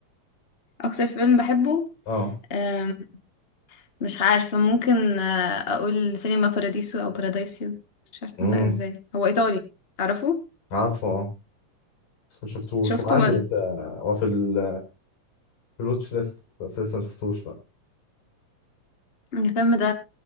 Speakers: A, on the left (about 30°); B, on the left (about 85°).
A: اكتر فيلم بحبه
B: اه
A: آم، مش عارفه ممكن آه، اقول سينما باراديسو او بارادايسيو مش عارفه
B: امم
A: انطق ازاي هو ايطالي تعرفه
B: عارفه اه بس ما شفتوش
A: شفته
B: هو عندي
A: ولا
B: بس آه، هو في ال... في الواتش ليست بس لسه ما شفتوش بقى
A: الفيلم ده